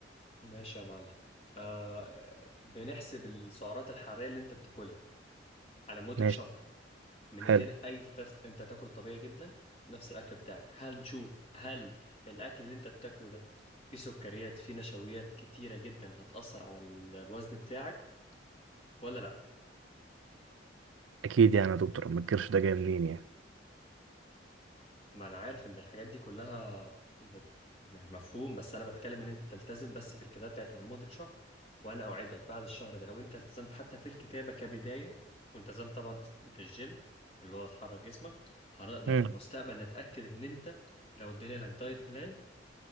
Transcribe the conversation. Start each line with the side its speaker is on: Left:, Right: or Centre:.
Left: ماشي يا معلم آه بنحسب السعرات الحرارية اللي انت بتاكلها على مدة
Right: ماشي
Left: شهر من
Right: حلو
Left: غير اي تتخ... انت تاكل طبيعي جدا نفس الاكل بتاعك هل نشوف هل الاكل اللي انت بتاكله ده فيه سكريات فيه نشويات كتيرة جدا هتأثر على ال- الوزن بتاعك ولا لا
Right: اكيد يعني يا دكتور ما تكرش ده جاي منين يعني
Left: ما انا عارف ان الحاجات دي كلها بت... مفهوم بس انا بتكلم ان انت تلتزم بس بالكتابه بتاعتها لمده شهر وانا اوعدك بعد الشهر ده لو انت التزمت حتى في الكتابه كبدايه والتزمت طبعا في الجيم اللي هو تحرك جسمك هنقدر
Right: مم.
Left: في المستقبل نتاكد ان انت لو ادينا لك دايت بلان